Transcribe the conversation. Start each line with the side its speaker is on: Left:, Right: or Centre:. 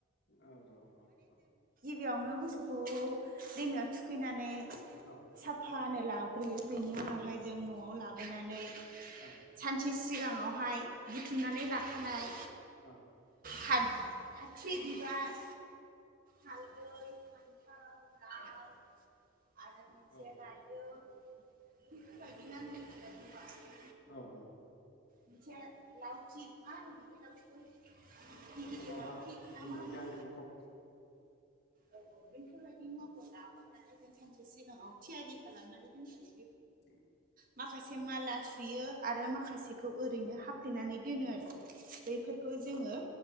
Left: औ औ औ औ।
Right: बेयावनो मोसौखौ दैमायाव थुखैनानै
Left: औ
Right: साफानो लाग्रोयो बेनि उनावहाय जों न'आव लाबोनानै
Left: औ
Right: सानसे सि सिगांआव हाय बुथुमनानै लाखानाय
Left: ओ।
Right: थाद हाथि बिबार हालदै फान्थाव लाव आरो
Left: औ
Right: मोनसेआ रायदों बिबाय होनबा
Left: औ औ।
Right: मोनसे लावथि। मा होनोमोन बे लावथिखौ? दिगिलि
Left: माबा
Right: लावथि ना मा होनो
Left: गांग्रिंखब
Right: औ औ बैफोरबादि <unintelligible> सानसे सिगाङाव थियारि खालामनानै दोनजायो
Left: <inaudible>
Right: माखासे माला सुयो आरो मा खासेखौ ओरैनो हा सोनानै दोनो आरो बै फोरखौ
Left: नंगौ
Right: जोङो